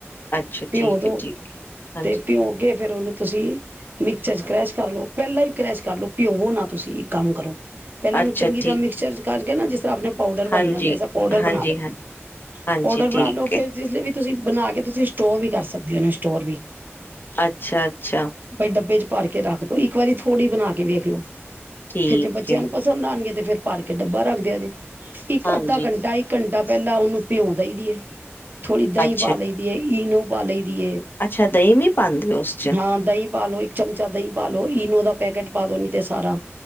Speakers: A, on the left; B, on the right.
A: ਅੱਛਾ
B: ਭਿਓ
A: ਠੀਕ
B: ਦੋ
A: ਹੈ ਠੀਕ ਹੈ, ਹਾਂਜੀ।
B: ਭਿਓ ਤੇ ਫੇਰ ਉਹਨੂੰ ਤੁਸੀਂ ਮਿਕਚਰ ਚ ਕਰੈਸ਼ ਕਰ ਲਓ। ਪਹਿਲਾਂ ਹੀ ਕਰੈਸ਼ ਕਰ ਲਓ ਭਿਓਵੋ ਨਾ ਤੁਸੀਂ ਇੱਕ ਕੰਮ ਕਰੋ। ਪਹਿਲਾਂ
A: ਅੱਛਾ
B: ਉਹਨੂੰ ਚੰਗੀ
A: ਠੀਕ
B: ਤਰ੍ਹਾਂ ਮਿਕਸਚਰ 'ਚ ਕਰਕੇ ਨਾ ਜਿਸ ਤਰਾਂ ਆਪਣੇ ਪਾਊਡਰ ਬਣ
A: ਹਾਂਜੀ
B: ਜਾਂਦੇ ਸਾ ਪਾਊਡਰ
A: ਹਾਂਜੀ
B: ਬਣਾ ਲੋ।
A: ਹਾਂ ਹਾਂਜੀ
B: ਪਾਊਡਰ
A: ਠੀਕ
B: ਬਣਾ ਲੋ
A: ਹੈ
B: ਫਿਰ ਜਿਸ ਵੀ ਤੁਸੀਂ ਬਣਾ ਕੇ ਤੁਸੀਂ ਸਟੋਰ ਵੀ ਕਰ ਸਕਦੇ ਹੋ ਇਹਨੂੰ ਸਟੋਰ ਵੀ।
A: ਅੱਛਾ ਅੱਛਾ
B: ਭਾਈ ਡੱਬੇ 'ਚ ਭਰ ਕੇ ਰੱਖ ਦੋ। ਉਹ ਇੱਕ ਵਾਰੀ ਥੋੜ੍ਹੀ ਬਣਾ ਕੇ ਵੇਖ ਲੋ।
A: ਠੀਕ
B: ਫੇਰ ਜੇ ਬੱਚਿਆਂ
A: ਹੈ
B: ਨੂੰ ਪਸੰਦ ਆਣਗੇ ਤੇ ਫ਼ਿਰ ਭਰ ਕੇ ਡੱਬਾ ਰੱਖਦਿਆਂ ਜੇ। ਇੱਕ-ਅੱਧਾ
A: ਹਾਂਜੀ
B: ਘੰਟਾ ਇੱਕ ਘੰਟਾ ਟਾ ਪਹਿਲਾਂ ਉਹਨੂੰ ਭਿਉਂ ਦਈ ਦੀ ਏ। ਥੋੜ੍ਹੀ ਦਹੀਂ
A: ਅੱਛਾ,
B: ਪਾ ਲਈ ਦੀ ਏ ਈਨੋ ਪਾ ਲਈ। ਦੀ ਏ
A: ਅੱਛਾ ਦਹੀਂ ਵੀ ਪਾਂਦੇ ਓ ਉਸ 'ਚ
B: ਹਾਂ ਦਹੀਂ ਪਾਾਲੋ ਇੱਕ ਚਮਚਾ ਦਹੀਂ ਪਾਾਲੋ ਈਨੋ ਦਾ ਪੈਕੇਟ ਪਾ ਦੋ ਨੀ ਤੇ ਸਾਰਾ।